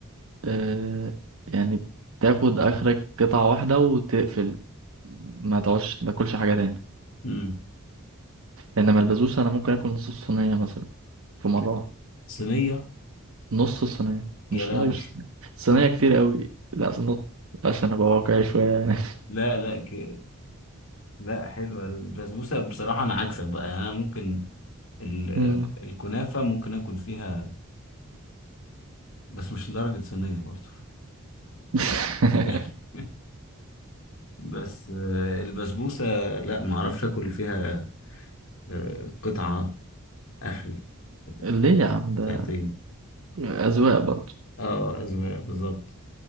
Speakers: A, on the right; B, on the left.
A: أه يعني تاخد آخرك قطعة واحدة وتقفل ما تقعدش ما تاكلش حاجة تاني
B: مم.
A: إنما البسبوسة أنا ممكن آكل نص الصينية مثلا في مرة واحدة
B: صينية
A: نص الصينية مش
B: يا لهوي
A: نص الصينية الصينية كتير قوي لا نص عشان ابقى واقعي شوية يعني
B: لا لا ك... لا حلوة البسبوسة بصراحة أنا عكسك بقى يعني أنا ممكن ال...
A: <laughs> مم.
B: الكنافة ممكن آكل فيها بس مش لدرجة صينية برضه
A: <laughs>
B: <laughs> بس آه، البسبوسة لا ما اعرفش اكل فيها آه، قطعة اخري قط-
A: ليه يا عم ده
B: قطعتين
A: أذواق برضه
B: اه اذواق بالظبط